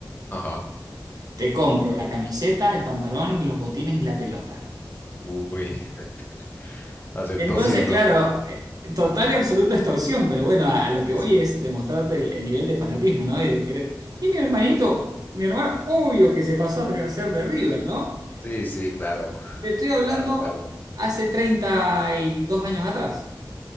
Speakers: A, on the left; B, on the right.
A: Ajá.
B: te compro la camiseta, el pantalón, los botines y la pelota.
A: Uy. <laughs> ¿Aceptó
B: Entonces,
A: sí o no?
B: claro, eh, total y absoluta extorsión, pero bueno, a, a lo
A: Sí,
B: que voy
A: sí.
B: es demostrarte el, el nivel de fanatismo, ¿no? Y de querer. Y mi hermanito, mi hermano, obvio que se pasó a ser de River, ¿no?
A: Sí, sí, claro.
B: Te estoy hablando
A: Claro, claro.
B: hace 32 años atrás.